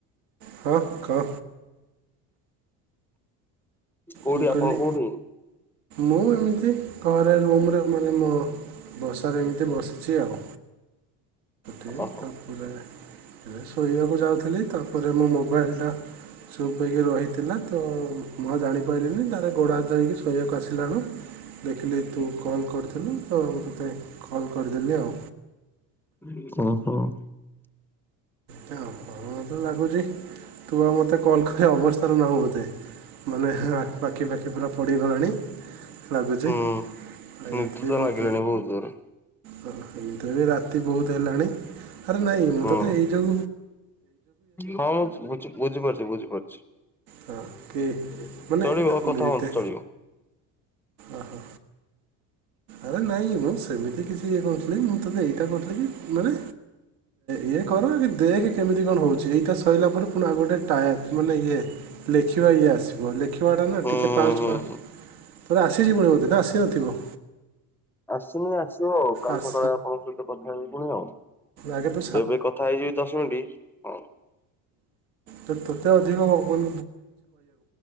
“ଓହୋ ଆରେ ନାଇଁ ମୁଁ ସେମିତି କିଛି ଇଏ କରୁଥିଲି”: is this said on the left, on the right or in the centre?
Right